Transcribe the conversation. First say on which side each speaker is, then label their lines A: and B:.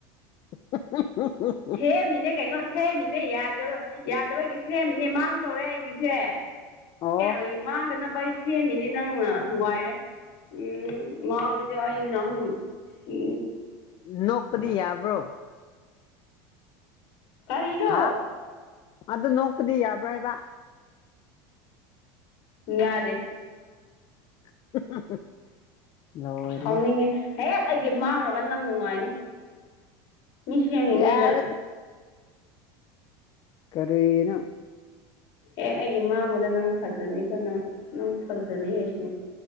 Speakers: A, on the left; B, on the left.
A: <unintelligible>
B: ꯊꯦ ꯃꯤꯅꯦ ꯀꯩꯅꯣ ꯁꯦꯝꯃꯤꯅꯦ ꯌꯥꯗ꯭ꯔꯕ ꯌꯥꯗꯕꯒꯤ ꯁꯦꯝꯃꯤꯅꯦ ꯃꯥꯡꯗꯧꯔꯦ ꯑꯩꯒꯤꯁꯦ
A: ꯑꯣ
B: ꯑꯦ ꯃꯥꯡꯗꯅꯕ ꯑꯩ ꯁꯦꯝꯃꯤꯅꯤ ꯅꯪꯅ ꯊꯨꯒꯥꯏꯔꯦ ꯎ ꯃꯥꯡꯔꯗꯤ <unintelligible> ꯅꯪ ꯁꯤ
A: ꯅꯣꯛꯄꯗꯤ ꯌꯥꯕ꯭ꯔꯣ
B: ꯀꯔꯤꯅꯣ
A: ꯍꯥ ꯑꯗꯨ ꯅꯣꯛꯄꯗꯤ ꯌꯥꯕ꯭ꯔꯥ ꯍꯥꯏꯕ
B: ꯌꯥꯗꯦ
A: <unintelligible> ꯂꯣꯏꯔꯦ
B: ꯁꯥꯎꯅꯤꯡꯉꯦ ꯍꯦ ꯑꯩꯒꯤ ꯃꯥꯡꯔꯕ ꯅꯪ ꯅꯨꯡꯉꯥꯏꯅꯤ ꯃꯤ ꯁꯦꯝꯔꯤꯉꯩꯗ
A: ꯌꯥꯔꯦ ꯀꯔꯤꯅ‌ꯣ
B: ꯍꯦꯛ ꯑꯩꯒꯤ ꯃꯥꯡꯕꯗ ꯅꯪ ꯐꯖꯅꯤꯀꯣ ꯅꯪ ꯅꯪ ꯐꯖꯅꯤ ꯍꯥꯏꯁꯤꯅꯦ